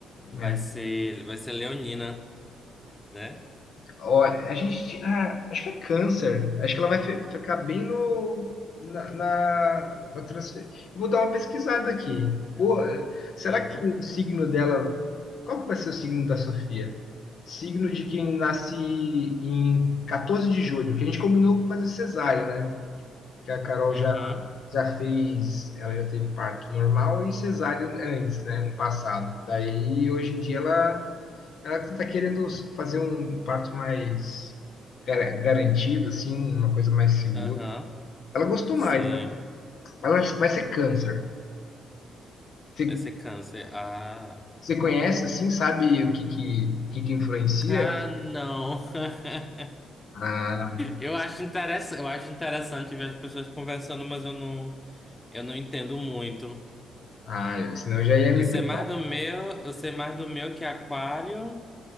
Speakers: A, on the left; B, on the left.
A: né?
B: Vai ser, vai ser Leonina, né?
A: Olha, a gente. Ah, acho que é câncer. Acho que ela vai fi- ficar bem no. Na, na, na transfer... Eu vou dar uma pesquisada aqui. Boa. Será
B: Uhum.
A: que o signo dela. Qual que vai ser o signo da Sofia? Signo de quem nasce em 14 de julho, que a gente combinou com fazer cesárea, né? Que a Carol
B: Uhum.
A: já, já fez. Ela já teve parto normal e cesárea antes, né? No passado. Daí, hoje em dia, ela. Ela tá querendo fazer um parto mais gar- garantido, assim, uma coisa mais segura.
B: Aham.
A: Ela gostou
B: Sim.
A: mais, né? Ela vai ser câncer. Você
B: Vai ser câncer. Ah.
A: você conhece, assim, sabe o que que, o que que influencia?
B: Cara, não. <laughs>
A: Ah,
B: Eu acho interessante, eu acho interessante ver as pessoas conversando, mas eu não, eu não entendo muito.
A: ah, eu- senão eu já ia me...
B: Eu sei
A: pre-
B: mais do meu, eu sei mais do meu que é aquário,